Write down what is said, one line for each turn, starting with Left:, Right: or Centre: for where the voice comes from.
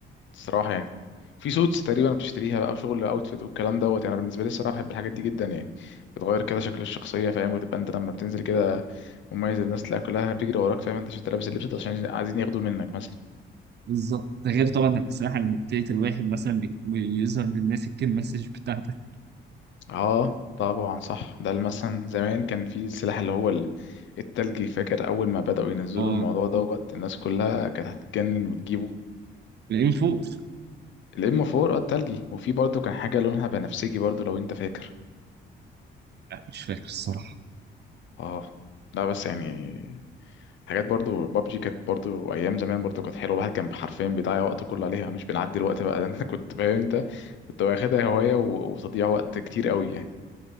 Left: الصراحه يعني في سوتس تقريبا بتشتريها بقى وشغل اوتفيت والكلام دوت يعني بالنسبه لي الصراحه بحب الحاجات دي جدا يعني بتغير كده شكل الشخصيه فاهم وتبقى انت لما بتنزل كده مميز الناس تلاقي كلها بتجري وراك فاهم انت شفت لابس اللبس ده عشان عايزين ياخدوه منك مثلا
Right: بالظبط ده غير طبعا الاسلحه لما بتقتل الواحد مثلا بي- بيظهر للناس الكيل مسج بتاعتك
Left: اه طبعا صح ده اللي مثلا زمان كان في السلاح اللي هو ال- التلجي فاكر اول ما بدأوا ينزلوا
Right: اه
Left: الموضوع دوت الناس كلها كانت هتتجنن وتجيبه
Right: الام 4
Left: الام 4 اه التلجي وفي برضه كان حاجه لونها بنفسجي برضه لو انت فاكر
Right: لا مش فاكر الصراحه
Left: اه لا بس يعني حاجات برضو بابجي كانت برضو ايام زمان برضو كانت حلوه الواحد كان حرفيا بيضيع وقته كله عليها مش بنعدي الوقت بقى ده <laughs> انت كنت فاهم انت كنت واخدها هوايه و- وتضييع وقت كتير قوي يعني